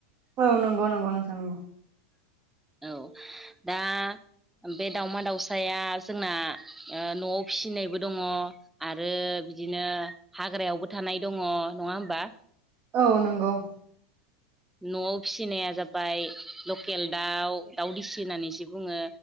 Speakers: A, on the right (about 40°); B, in the centre.
A: औ नंगौ नंगौ नोंथां नंगौ।
B: औ दा बे दाउमा दाउसाया जोंना ओ न'आव फिसिनायबो दङ। आरो बिदिनो हाग्रायावबो थानाय दङ नङा होमबा?
A: औ नंगौ।
B: न'आव फिसिनाया जाबाय लकेल दाउ दाउदिसि होननानैसो बुङो।